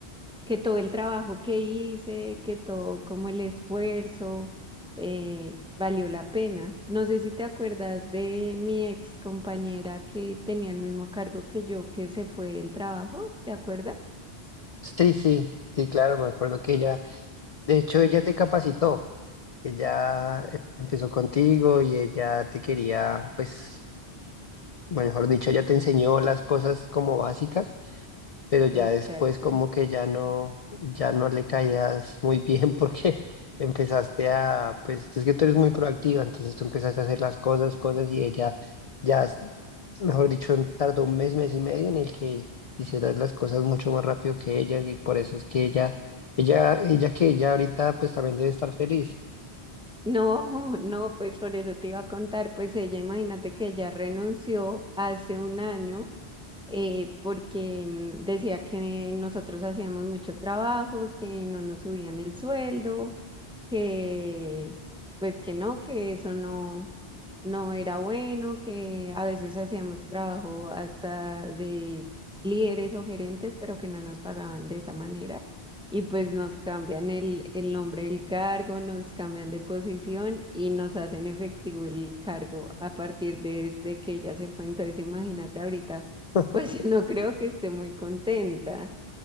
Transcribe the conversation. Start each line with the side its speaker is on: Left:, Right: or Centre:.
Centre: que todo el trabajo que hice, que todo como el esfuerzo eh, valió la pena. No sé si te acuerdas de mi ex compañera que tenía el mismo cargo que yo, que se fue del trabajo, ¿te acuerdas?
Left: Sí, sí, sí, claro, me acuerdo que ella, de hecho, ella te capacitó, ella eh, empezó contigo y ella te quería, pues mejor dicho, ya te enseñó las cosas como básicas, pero ya
Centre: Exacto.
Left: después como que ya no, ya no le caías muy bien <laughs> porque empezaste a, pues es que tú eres muy proactiva, entonces tú empezaste a hacer las cosas, cosas y ella ya, mejor dicho, tardó un mes, mes y medio en el que hicieras las cosas mucho más rápido que ellas y por eso es que ella, ella, ella que ella ahorita pues también debe estar feliz.
Centre: No, no, pues por eso te iba a contar, pues ella, imagínate que ella renunció hace un año eh, porque n- decía que nosotros hacíamos mucho trabajo, que no nos subían el sueldo, que pues que no, que eso no no era bueno, que a veces hacíamos trabajo hasta de líderes o gerentes, pero que no nos pagaban de esa manera. Y pues nos cambian el, el nombre del cargo, nos cambian de posición y nos hacen efectivo el cargo a partir de, de que ella se fue. Entonces, imagínate ahorita,
Left: <laughs>
Centre: pues <laughs> yo no creo que esté muy contenta,